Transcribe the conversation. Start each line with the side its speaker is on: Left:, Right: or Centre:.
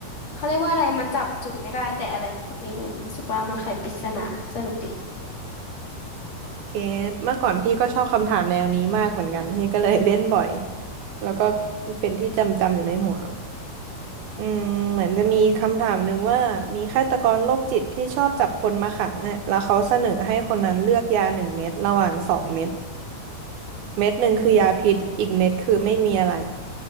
Left: เขาเรียกว่าอะไรมันจับจุดไม่ได้แต่อะไรพวกนี้หนูรู้สึกว่ามันไขปริศนาสนุกดิ
Right: เกตเมื่อก่อนพี่ก็ชอบคำถามแนวนี้มากเหมือนกันพี่ก็เลยเล่นบ่อยแล้วก็เป็นที่จำจำอยู่ในหัวอืมเหมือนจะมีคำถามหนึ่งว่ามีฆาตกรโรคจิตที่ชอบจับคนมาขังอ่ะแล้วเขาเสนอให้คนนั้นเลือกยาหนึ่งเม็ดระหว่างสองเม็ดเม็ดหนึ่งคือยาพิษอีกเม็ดคือไม่มีอะไร